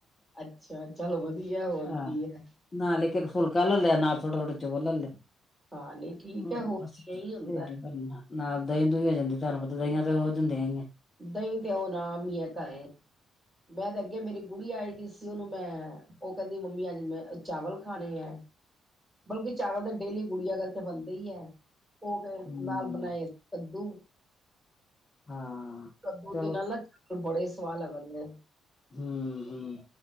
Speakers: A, in the centre; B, on the left.
A: ਅੱਛਾ ਚੱਲ ਵਧੀਆ ਹੋਰ
B: ਹਾਂ
A: ਕੀ ਹੈ।
B: ਨਾਲ ਇੱਕ ਇੱਕ ਫੁਲਕਾ ਲਿਆ ਨਾਲ ਥੋੜਾ ਥੋੜਾ ਚੋਲ ਲੈ ਲਏ ਹਾ,
A: ਹਾਂ ਨਹੀਂ ਠੀਕ ਹੈ ਹੋਰ
B: ਬਸ
A: ਕੀ ਇਹੀ
B: ਟਿਡ
A: ਹੁੰਦਾ।
B: ਪਰਨਾ ਨਾਲ ਦਹੀਂ ਦੂਹੀਂ ਹੋ ਜਾਂਦਾ ਘਰ ਬਦਲਾਇਆ ਤੇ ਰੋਜ ਹੁੰਦਿਆਂ ਹੀ ਨੇ
A: ਦਹੀਂ ਤੇ ਹੋਣਾ ਆਮ ਹੀ ਹੈ ਘਰੇ ਮੈਂ ਤੇ ਅੱਗੇ ਮੇਰੀ ਕੁੜੀ ਆਈ ਦੀ ਸੀ ਉਹਨੂੰ ਮੈਂ ਉਹ ਕਹਿੰਦੀ ਮੰਮੀ ਅੱਜ ਮੈਂ ਚਾਵਲ ਖਾਣੇ ਹੈ। ਬਲਕਿ ਚਾਵਲ ਤਾਂ ਡੇਲੀ ਗੁੜੀਆਂ ਕਰਕੇ ਬਣਦੇ ਹੀ ਹੈ। ਉਹ ਫਿਰ
B: ਹੂੰ
A: ਨਾਲ ਬਣਾਏ ਕੱਦੂ
B: ਹਾਂ
A: ਕੱਦੂ
B: ਚਲੋ
A: ਦੇ ਨਾਲ ਨਾ ਚਾਵਲ ਬੜੇ ਸਵਾਦ ਲੱਗਦੇ ਆ
B: ਹੂੰ ਹੂੰ